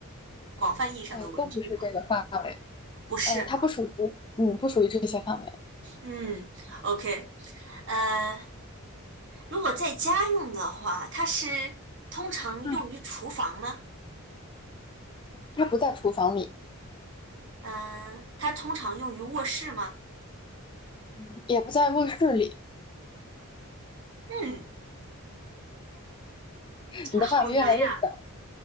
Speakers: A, on the right; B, on the left.
A: 广泛意义上的文具吗？
B: 哎，都不是这个范围，
A: 不是哈，
B: 呃，它不属于，嗯，不属于这些范围，
A: 嗯，OK，呃，如果在家用的话，它是通常用于厨房吗？
B: 嗯，它不在厨房里，
A: 嗯、它通常用于卧室吗？
B: 嗯，也不在卧室里，
A: 嗯，
B: <laughs>
A: 这个好难呀。
B: 你的范围越来越小